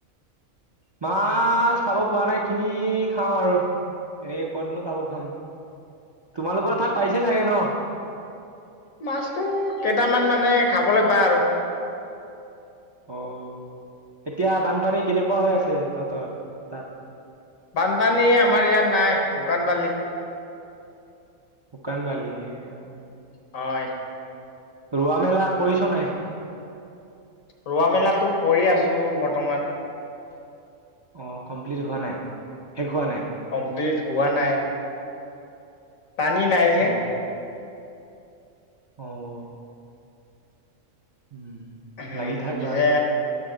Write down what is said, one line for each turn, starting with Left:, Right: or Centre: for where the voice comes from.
Right: মাছ খাব পোৱা নাই, কিনি খাওঁ আৰু। এনেকে কতনো খাব পাম। তোমালোকৰ তাত পাইছে চাগে ন'?
Left: মাছটো কেইটামান মানে খাবলৈ পাই আৰু।
Right: অ' এতিয়া বানপানী কেনেকুৱা হৈ আছে তহঁতৰ? তাত
Left: বানপানী আমাৰ ইয়াত নাই, শুকান বালি।
Right: শুকান বালি, এই আৰু।
Left: হয়।
Right: ৰোৱা মেলা কৰিছ নাই?
Left: ৰোৱা মেলাতো কৰি আছো বৰ্তমান।
Right: অ' কমপ্লিট হোৱা নাই, শেষ হোৱা নাই।
Left: কমপ্লিট হোৱা নাই। পানী নাই যে।
Right: অ অ'। উম।
Left: উম
Right: লাগি থাক
Left: পিছে
Right: বাৰু